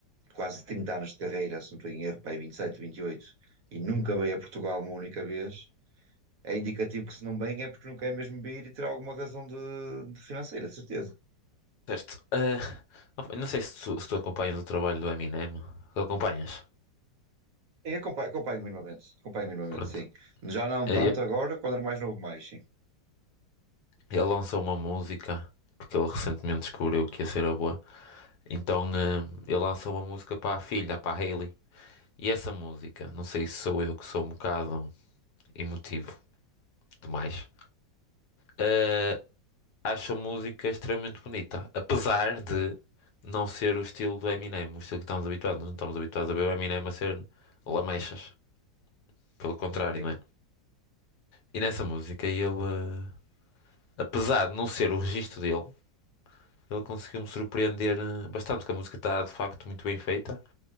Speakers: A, on the right; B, on the left.
A: quase 30 anos de carreira, se não estou em erro, pá, aí 27, 28 e nunca veio a Portugal uma única vez. É indicativo que se não vem é porque não quer mesmo vir e terá alguma razão de, de financeira, de certeza.
B: Certo. Eh, opa, não sei se tu, se tu acompanhas o trabalho do Eminem. Tu Acompanhas?
A: Sim, acompanho, acompanho minimamente, acompanho minimamente,
B: Pronto.
A: sim. Já não
B: Eh,
A: tanto
B: Ele,
A: agora, quando era mais novo, mais, sim.
B: ele lançou uma música, porque ele recentemente descobriu que ia ser a boa. Então, eh, ele lançou uma música para a filha, para a Hailey. E essa música, não sei se sou eu que sou um bocado emotivo, demais. Eh, acho a música extremamente bonita, apesar de não ser o estilo do Eminem, o estilo que estamos habituados. Nós não estamos habituados a ver o Eminem a ser lamechas, pelo contrário,
A: Sim,
B: não é? E nessa música ele, eh, apesar de não ser o registro dele, ele conseguiu me surpreender eh, bastante, porque a música está de facto muito bem feita.